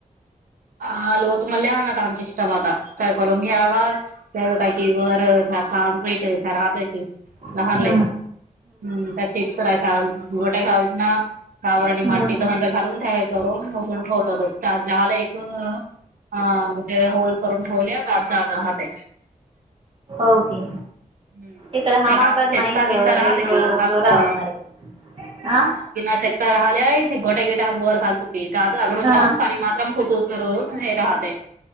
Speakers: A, on the right; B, on the right.
A: हालो, तुम्हाला ना, आमच्या... टमाटा काय करून घ्यावा? त्याला काही करावं का? कम्प्लीट व्हायचं राहते ते. लहानले,
B: हम्म
A: हम्म, त्या चिप्स खाय. गटात खाऊ देतात ना? कावर आणि माती
B: हम्म
A: तर घालवून त्या. ऊनसून ठेवतात ना. अ म्हे होल्ड करून ठेवले आत जात राहते.
B: ओके.
A: हम्म
B: इकडे
A: त्या
B: हमाकड
A: कथा-चेता
B: नाहीच एडग
A: बिता राहत की आमचं
B: रावा मारी
A: गणना?
B: आ
A: रात्री गोठा-गेटावर घालतो. आम्ही पुढून
B: हा
A: जाऊन पाणी भरत होतो. जोर हे राहत नाही.